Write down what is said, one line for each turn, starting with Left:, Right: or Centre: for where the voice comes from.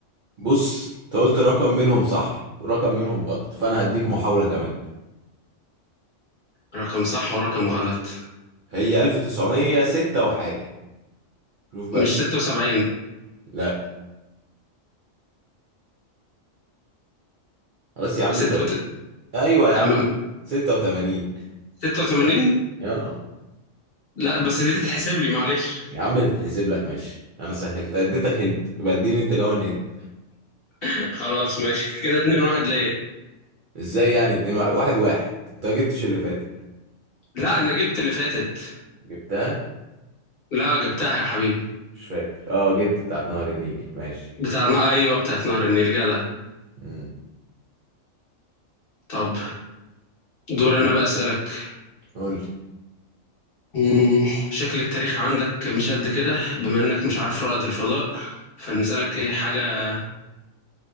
Right: بص انت قلت رقم منهم صح ورقم منهم غلط فانا هديك محاولة كمان
Left: رقم صح ورقم غلط
Right: هي 1906 وحاجة شوف بقى
Left: مش 76
Right: لا خلاص يا عم
Left: ستة
Right: انت
Left: وت...
Right: ايوه يا عم
Left: أم-
Right: 86
Left: 86
Right: يا
Left: لا بس دي تتحسب لي معلش
Right: يا عم تتحسب لك ماشي انا سهلت اديتك هنت يبقى اديني انت كمان هنت
Left: <laughs> خلاص ماشي كده 2 1 ليا
Right: ازاي يعني اتنين واحد واحد, واحد. انت ما جبتش اللي فاتت
Left: لا انا جبت اللي فاتت
Right: جبتها
Left: لا جبتها يا حبيبي
Right: مش فاكر اه جبت بتاعت نهر النيل ماشي
Left: بتاع ايوه بتاعت نهر النيل جدع
Right: امم
Left: طب دور انا بقى اسالك
Right: قول لي
Left: مم، شكل التاريخ عندك مش قد كده بما انك مش عارف رائد الفضاء فنسألك ايه حاجة